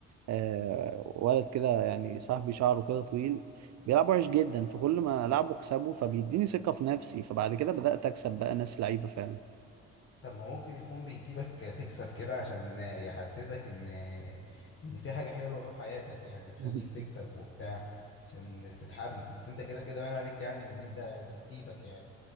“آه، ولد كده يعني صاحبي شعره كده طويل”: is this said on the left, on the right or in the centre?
Right